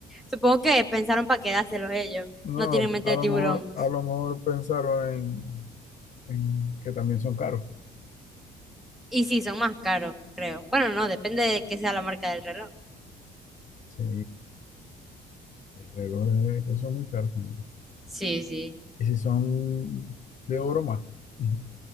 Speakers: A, in the centre; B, on the left.
A: Supongo que pensaron para quedárselos ellos.
B: No,
A: No tienen mente
B: a
A: de
B: lo
A: tiburón.
B: mejor, a lo mejor pensaron en, en que también son caros.
A: Y sí, son más caros, creo. Bueno, no, depende de qué sea la marca del reloj.
B: Sí, el reloj es, eso es muy caro también.
A: Sí, sí.
B: Y si son de oro más, Ujú,